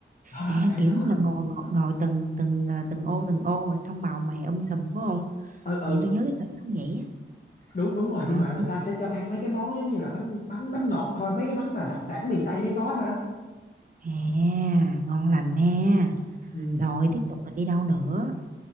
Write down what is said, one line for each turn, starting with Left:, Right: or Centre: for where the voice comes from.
Left: đó đó
Right: à
Left: ê
Right: kiểu
Left: đó
Right: như là ngồi ngồi, ngồi từng từng ờ, từng ô từng ô rồi xong màu mè um sùm phải không
Left: ừ ừ
Right: nhưng tôi nhớ cái hình nó vậy á
Left: đúng đúng rồi
Right: Ờ,
Left: nhưng mà người ta sẽ cho ăn mấy cái món giống như là bánh bánh bánh ngọt thôi mấy cái bánh mà đặc sản miền Tây mới có thôi á
Right: à ngon lành nè
Left: ừ
Right: rồi tiếp tục là đi đâu nữa